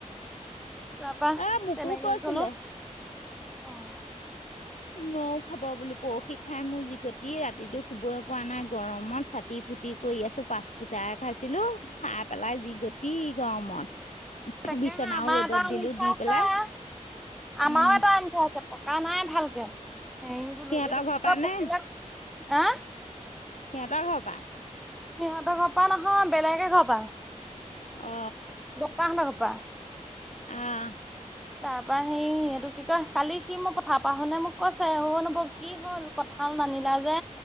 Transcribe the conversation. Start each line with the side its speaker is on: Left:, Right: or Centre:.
Centre: তাৰপা
Left: এ মোকো
Centre: তেনেকে
Left: কৈছিলে
Centre: গলো অ'।
Left: নও খাব বোলো পৰশি খাই মোৰ যি গটি ৰাতিটো শুবয়ে পাৰা নাই গৰমত চাতি <unintelligible> কৰি আছো পাচ <unintelligible> খাইছিলো খাই পেলাই যি গতি গৰমত।
Centre: তাকেহে
Left: বিচনাও
Centre: আমাৰ
Left: ৰ'দত
Centre: এটা আনি
Left: দিলোঁ
Centre: থোৱা
Left: দি
Centre: আছে
Left: পেলাই
Centre: আমাৰো
Left: উম,
Centre: এটা আনি থোৱা আছে পকা নাই ভালকে, হেৰি বোলো
Left: সিহঁতৰ
Centre: এইটো
Left: ঘৰৰ
Centre: কি
Left: পৰা
Centre: কই
Left: নে
Centre: পকিলে, হা
Left: সিহঁতৰ ঘৰৰ পা
Centre: সিহঁতৰ ঘৰপা নহয় বেলেগে এঘৰপা
Left: অ।
Centre: <unintelligible>
Left: <unintelligible>
Centre: তাৰ পৰা হেৰি এইটো কি কয় কালি সি মোক পঠাৰৰ পৰা আহোতে মোক কৈছে অ' নবৌ কি হ'ল কথা নানিলা যে।